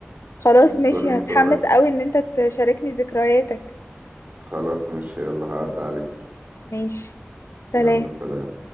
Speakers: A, on the left (about 75°); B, on the right (about 40°).
A: خلاص
B: وانت
A: ماشي
B: توريني
A: هتحمس
B: صورك
A: قوي ان انت تشاركني ذكرياتك
B: خلاص ماشي يلا هعدي عليك
A: ماشي سلام
B: يلا سلام